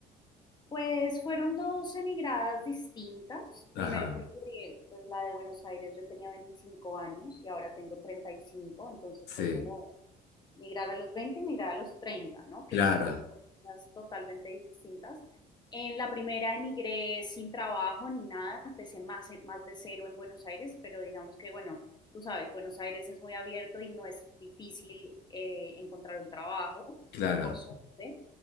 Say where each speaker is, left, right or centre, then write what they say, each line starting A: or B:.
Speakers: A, on the left; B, on the left.
A: Pues fueron dos emigradas distintas.
B: Ajá,
A: Primero porque pues, la de Buenos Aires yo tenía 25 años y ahora tengo 35, entonces
B: sí,
A: fue como migrar a los 20, y migrar a los 30, ¿no? Que
B: claro,
A: son cosas totalmente distintas. En la primera emigré sin trabajo ni nada, empecé más, más de cero en Buenos Aires, pero digamos que, bueno, tú sabes, Buenos Aires es muy abierto y no es difícil eh, encontrar un trabajo,
B: claro.
A: por suerte.